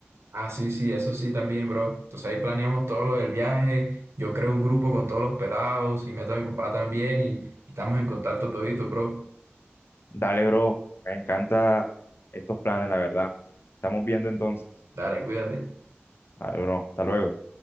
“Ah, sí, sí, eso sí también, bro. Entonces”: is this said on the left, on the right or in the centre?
Right